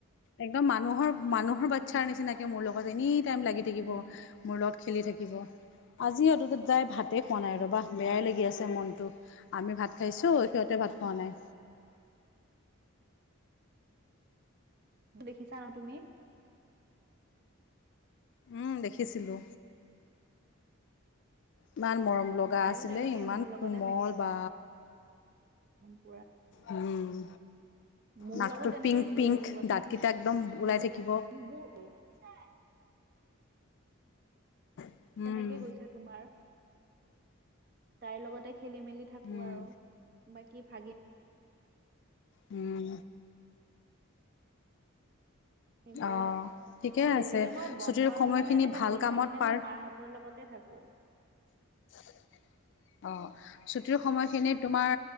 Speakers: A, on the left; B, on the right.
A: একদম মানুহৰ-মানুহৰ বাচ্ছাৰ নিচিনাকে মোৰ লগত এনি টাইম লাগি থাকিব
B: উম
A: মোৰ লগত খেলি থাকিব। আজি সিহঁতৰ তাত যাই ভাত ভাতেই খোৱা নাই ৰ'বা বেয়াই লাগি আছে মনটো আমি ভাত খাইছোঁ। সিহঁতে ভাত খোৱা নাই।
B: দেখিছা ন তুমি,
A: উম, দেখিছিলো। ইমান মৰম লগা
B: তাইও
A: আছিলে
B: তেনেকে
A: ইমান
B: মোৰ লগতে
A: কোমল
B: থাকে একদম
A: বা।
B: পুৰা
A: উম,
B: মোৰ
A: নাকটো
B: লগত তেনেকে
A: পিংক-পিংক
B: যুঁজি থাকিব
A: দাতকেইটা
B: তাই
A: একদম ওলাই। থাকিব
B: <unintelligible>
A: উম
B: তেনেকে গৈছে তোমাৰ, তাইৰ লগতে খেলি-মেলি থাকো
A: উম
B: আৰু বাকী ভাগিন।
A: উম,
B: উ <inaudible> সেইবোৰে,
A: অ', ঠিকে
B: মই বেছিকে
A: আছে
B: মই, বন্ধৰ
A: ছুটিৰ সময়খিনি
B: মানে, এনেকে
A: ভাল
B: দিন
A: কামত
B: থাকিলে,
A: পাৰ
B: মই মাহঁতৰ লগতে থাকোঁ।
A: <unintelligible> অ'! ছুটিৰ সময়খিনিত তোমাৰ,